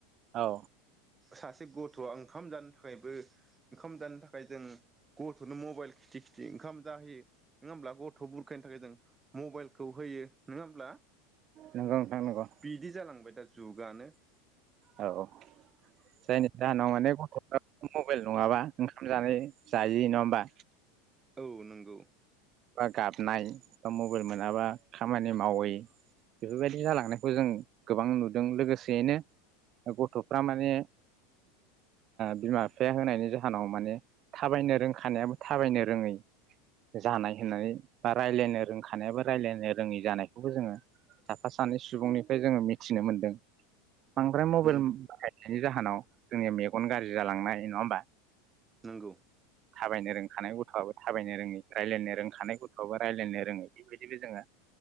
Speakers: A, on the right (about 45°); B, on the right (about 20°).
A: औ
B: सासे गथ' आं ओंखाम जानो थाखायबो ओंखाम जानो थाखाय जों गथ'नो मबाइल खिथि खिथि ओंखाम जाहोयो नङा होमब्ला गथ' बुरखायनो थाखाय जों मबाइलखौ होयो नङा होमब्ला
A: नंगौ नोंथां नंगौ
B: बिदि जालांबाय दा । जुगानो ।
A: औ औ जायनि जाहोनाव माने गथ'फ्रा <unintelligible> मबाइल नङाबा ओंखाम जानाय जायि नङा होमबा?
B: औ नंगौ ।
A: गाबनाय बा मबाइल मोनाबा खामानि मावै बेफोरबायदि जालांनायखौ जों गोबां नुदों लोगोसेयैनो गथ'फ्रा माने बिमा बिफाया होनायनि जाहोनाव माने थाबायनो रोंखानायाबो थाबायनो रोङै? जानाय होननानै बा राय्लायनो रोंखानायआबो राय्लायनो रोङै जानायखौ जोङो साफा सानै सुबुंनिफ्राय जोङो मिथिनो मोनदों । बांद्राय मबाइल
B: नंगौ
A: बाहायनायनि जाहोनाव जोंनि मेगन गाज्रि जालांनाय नङा होमबा ।
B: नोंगौ ।
A: थाबायनो रोंखानाय गथ'आबो थाबायनो रोङै । रायलायनो रोंखानाय गथ'आबो रायलायनो रोङै । बेबायदिबो जोङो